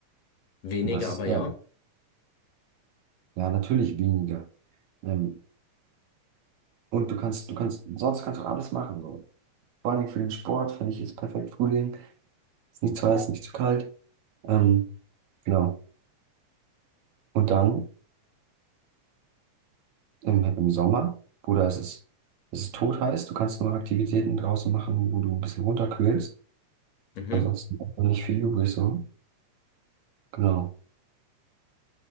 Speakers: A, on the left; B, on the right.
A: Weniger,
B: Und das ist
A: aber
B: geil.
A: ja.
B: Ja, natürlich weniger. Ähm, und du kannst, du kannst, sonst kannst du alles machen. So. Vor allem für den Sport finde ich ist perfekt Frühling. Ist nicht zu heiß, nicht zu kalt. Ähm, genau. Und dann im, im Sommer, Bruder, es ist, es ist totheiß. Du kannst nur Aktivitäten draußen machen, wo du ein bisschen runterkühlst.
A: Mhm.
B: Ansonsten hat man nicht viel übrig, so. Genau.